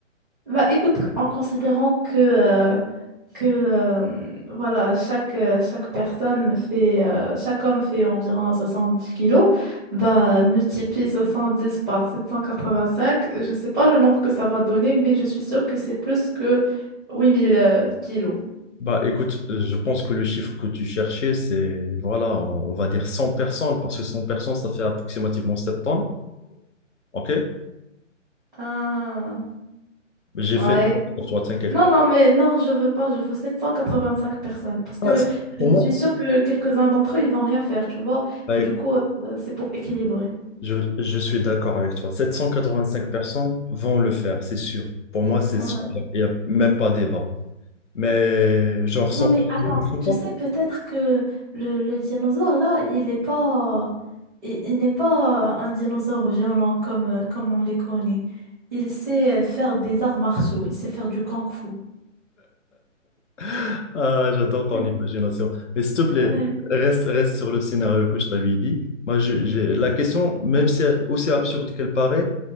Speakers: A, in the centre; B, on the left.
A: Bah, écoute, en considérant que, euh, que euh, voilà, chaque, euh, chaque personne fait, euh, chaque homme fait environ soixante dix kilos, bah, multiplie soixante dix par sept cent quatre-vingt-cinq je sais pas le nombre que ça va donner, mais je suis sûre que c'est plus que 8000 euh, kilos.
B: Bah écoute, je pense que le chiffre que tu cherchais, c'est, voilà, on, on va dire 100 personnes, parce que 100 personnes, ça fait approximativement 7 tonnes. OK?
A: Ah,
B: J'ai
A: ouais.
B: fait pour toi, t'inquiète.
A: Non, non, mais non, je veux pas, je veux 785 personnes, parce que
B: Ah, c'est-
A: je
B: Pour moi,
A: suis sûre que quelques-uns d'entre eux, ils vont rien faire, tu vois.
B: bah,
A: Du
B: écoute,
A: coup, euh, c'est pour équilibrer.
B: je, je suis d'accord avec toi. 785 personnes vont le faire, c'est sûr. Pour moi, c'est
A: Ouais.
B: sûr. Il n'y a même pas débat. Mais genre 100
A: Non mais
B: personnes
A: attends,
B: ne le font
A: tu
B: pas.
A: sais peut-être que le, le dinosaure là, il n'est pas il, il n'est pas euh, un dinosaure violent comme, euh, comme on les connaît. Il sait euh, faire des arts martiaux, il sait faire du kung-fu.
B: <laughs> Ah, j'adore ton
A: Ouais.
B: imagination. Mais s'il te plaît,
A: Ouais.
B: reste, reste sur le scénario que je t'avais dit. Moi, je- j'ai- la question, même si elle- aussi absurde qu'elle paraît,